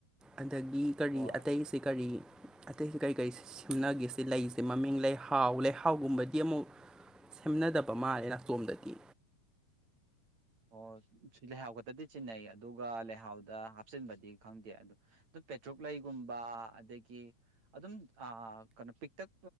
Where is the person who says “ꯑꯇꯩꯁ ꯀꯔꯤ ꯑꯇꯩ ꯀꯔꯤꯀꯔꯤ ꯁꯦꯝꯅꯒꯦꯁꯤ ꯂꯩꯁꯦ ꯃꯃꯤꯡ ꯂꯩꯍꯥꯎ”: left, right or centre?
Centre